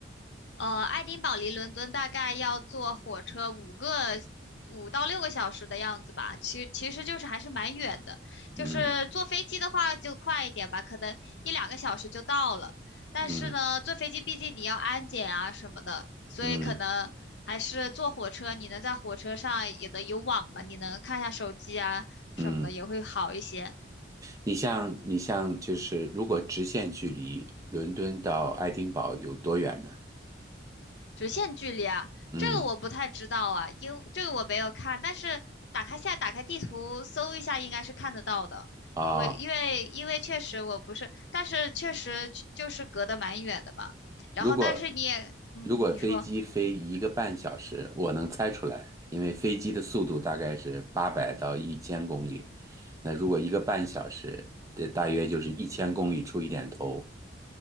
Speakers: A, on the left; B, on the right.
A: 呃，爱丁堡离伦敦大概要坐火车五个五到六个小时的样子吧，其其实就是还是蛮远的。就是坐飞机的话就快一点吧，
B: 嗯
A: 可能一两个小时就到了。但是呢，
B: 嗯
A: 坐飞机毕竟你要安检啊什么的，所以可能还是坐火车，
B: 嗯
A: 你能在火车上也能有网吧，你能看一下手机啊什么的，
B: 嗯，
A: 也会好一些。
B: 你像你像就是如果直线距离伦敦到爱丁堡有多远呢？
A: 直线距离啊，
B: 嗯
A: 这个我不太知道啊，因这个我没有看，但是打开下，打开地图搜一下，应该是看得到的。
B: 啊。
A: 我因为因为确实我不是，但是确实就是隔得蛮远的嘛。然后但是你也，
B: 如果
A: 嗯，
B: 如果飞机飞一个半小时，
A: 你说。
B: 我能猜出来，因为飞机的速度大概是八百到一千公里。那如果一个半小时，这大约就是一千公里出一点头。